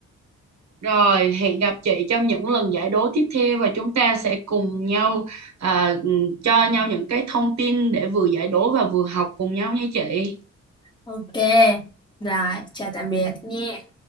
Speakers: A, on the right; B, on the left.
A: Rồi, hẹn gặp chị trong những lần giải đố tiếp theo và chúng ta sẽ cùng nhau à, ừ, cho nhau những cái thông tin để vừa giải đố và vừa học cùng nhau nha chị.
B: Ok, rồi, chào tạm biệt nha.